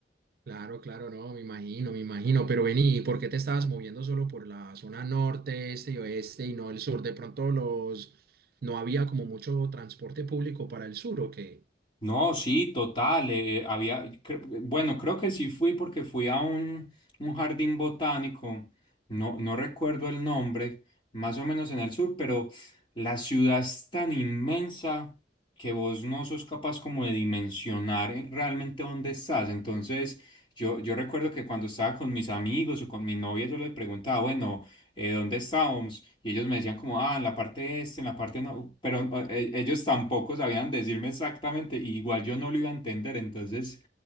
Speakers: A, on the right (about 55°); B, on the left (about 30°).
A: claro, claro, no, me imagino, me imagino, pero vení, ¿y ¿por qué te estabas moviendo solo por la zona norte, este y oeste y no el sur? De pronto los, no había como mucho transporte público para el sur, ¿o qué?
B: No, sí, total. eh, había, cre- bueno, creo que sí fui porque fui a un, un jardín botánico, no, no recuerdo el nombre, más o menos en el sur, pero la ciudad es tan inmensa que vos no sos capaz como de dimensionar eh, realmente dónde estás. Entonces, yo, yo recuerdo que cuando estaba con mis amigos o con mi novia, yo les preguntaba, bueno, eh, ¿dónde estábamos? Y ellos me decían como, ah, en la parte este, en la parte no, pero eh, eh, ellos tampoco sabían decirme exactamente, y igual yo no lo iba a entender, entonces